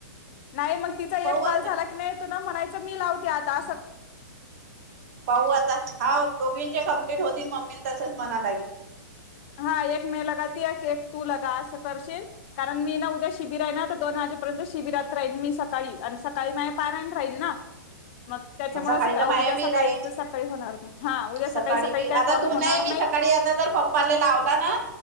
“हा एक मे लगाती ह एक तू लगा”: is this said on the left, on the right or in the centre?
Left